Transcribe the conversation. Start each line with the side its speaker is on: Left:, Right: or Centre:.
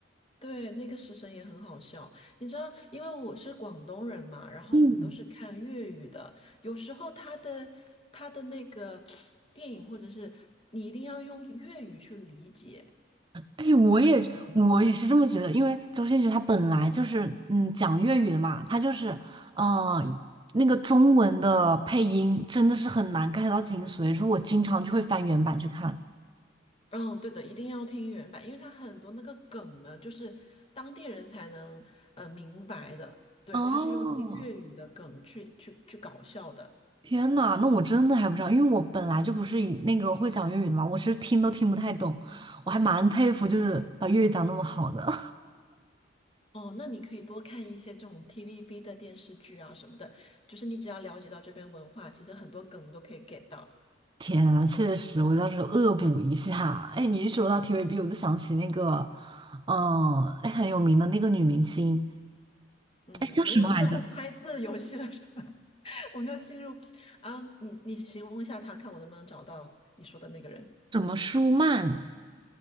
Left: 对，那个食神也很好笑。你知道，因为我是广东人嘛，然后我们都是看粤语的，
Right: 嗯，
Left: 有时候他的他的那个电影或者是你一定要用粤语去理解，
Right: 哎，我也我也是这么觉得，因为周星驰他本来就是嗯讲粤语的嘛，他就是嗯、呃那个中文的配音真的是很难 get 到精髓，所以说我经常就会翻原版去看。
Left: 嗯，对的，一定要听原版，因为它很多那个梗呢，就是当地人才能呃明白的。对，
Right: 哦，
Left: 它是用那个粤语的梗去去去搞笑的。
Right: 天呐，那我真的还不知道，因为我本来就不是以那个会讲粤语的嘛，我是听都听不太懂，我还蛮佩服，就是把粤语讲那么好的。
Left: 哦，那你可以多看一些这种 TVB 的电视剧啊什么的，就是你只要了解到这边文化，其实很多梗你都可以 get 到。
Right: <laughs> 天呐，确实，我到时候恶补一下。哎，你一说到 TVB，我就想起那个，嗯、哎，很有名的那个女明星，
Left: 嗯，
Right: 哎，叫什么来着？
Left: 我们又又来拍字游戏了，是吧？<laughs> 我们就进入，啊，你你形容一下他，看我能不能找到你说的那个人。
Right: 什么舒曼？